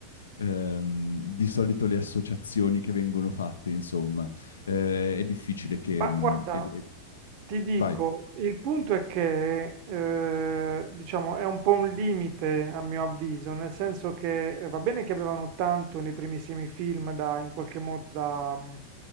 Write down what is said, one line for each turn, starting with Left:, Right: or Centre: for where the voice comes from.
Left: ehm, di solito le associazioni che vengono fatte, insomma, eh, è difficile che...
Right: Ma
Left: mh,
Right: guarda,
Left: e- e-
Right: Ti dico,
Left: vai.
Right: il punto è che, eh, diciamo, è un po' un limite a mio avviso, nel senso che eh, va bene che avevano tanto nei primissimi film da, in qualche modo da, mh,